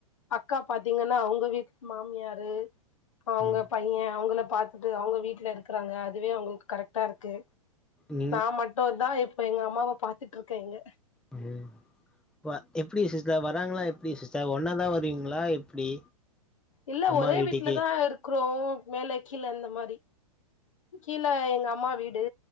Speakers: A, on the left; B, in the centre.
A: அக்கா பாத்தீங்னா அவுங்க வீட்டு மாமியாரு அவுங்க
B: ம்
A: பையன் அவங்கள பாத்துட்டு அவுங்க வீட்ல இருக்கறாங்க அதுவே அவுங்களுக்கு கரெக்டா இருக்கு
B: நீங்
A: நா மட்டுதா இப்ப எங்க அம்மாவ பாத்துட்டு இருக்க இங்க
B: ம் இப்ப எப்டி சிஸ்டர் வராங்ளா எப்டி சிஸ்டர் ஒன்னாதா வருவீங்ளா எப்டி
A: இல்ல
B: அம்மா
A: ஒரே
B: வீட்டுக்கு
A: வீட்லதா இரு க்றோ மேல கீழ அந்த மாதிரி கீழ எங்க அம்மா வீடு